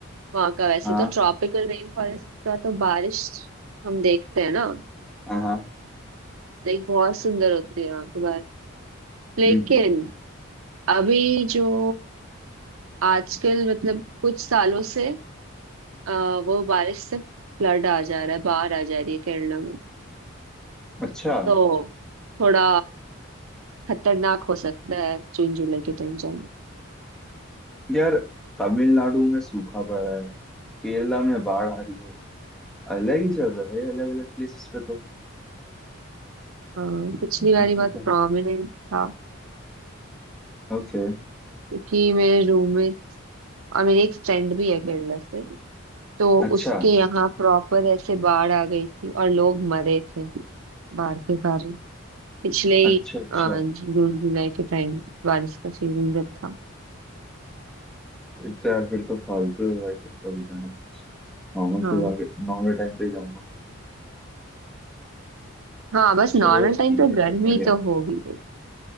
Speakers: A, on the right; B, in the centre.
A: वहां का वैसे
B: हाँ
A: तो ट्रॉपिकल रेन फॉरेस्ट का तो बारिश हम देखते हैं ना
B: हाँ हाँ
A: लाइक बहुत सुंदर होती है वहां की बारिश लेकिन
B: हम्म
A: अभी जो आजकल मतलब कुछ सालों से आ, वो बारिश से फ्लड आ जा रहा है बाढ़ आ जा रही है केरला में
B: अच्छा
A: तो थोड़ा खतरनाक हो सकता है जून जुलाई के टाइम जाना
B: यार तमिलनाडु में सूखा पड़ा है केरला में बाढ़ आ रही है अलग ही चल रहा है भाई अलग अलग प्लेसेस पे तो
A: हाँ पिछली
B: हम्म,
A: बारी
B: ठीक
A: बहुत
B: है
A: प्रोमिनेंट था
B: ओके
A: क्योंकि मेरे रूममेट और मेरी एक फ्रेंड भी है केरला से तो
B: अच्छा
A: उसके यहाँ प्रॉपर ऐसे बाढ़ आ गई थी और लोग मरे थे बाढ़ के कारण पिछले ही
B: अच्छा अच्छा
A: अ, जून जुलाई के टाइम बारिश का सीजन जब था
B: फिर तो यार फिर तो फालतू है भाई फिर तो अभी जाना नॉर्मल
A: हाँ
B: पे जाके नॉर्मल टाइम पे ही जाऊंगा
A: हाँ बस
B: चलो
A: नॉर्मल टाइम
B: ठीक
A: पे
B: है
A: गर्मी
B: फिर बढ़िया
A: तो होगी भाई